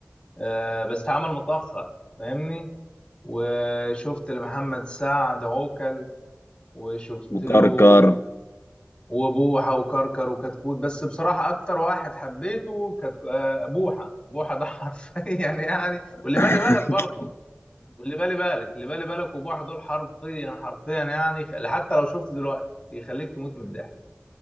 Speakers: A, on the left; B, on the left.
A: آه بس اتعمل متاخر فاهمني وشفت لمحمد سعد عوكل وشفت
B: وكار
A: له
B: كار
A: وبوحة وكركر وكتكوت بس بصراحة أكتر واحد حبيته كتك... آه، بوحة بوحة ده حرفيا <laughs> يعني يعني واللي
B: <laughs>
A: بالي بالك برضه واللي بالي بالك اللي بالي بالك وبوحة دول حرفيا حرفيا يعني خ- حتى لو شفت دلوقتي يخليك تموت من الضحك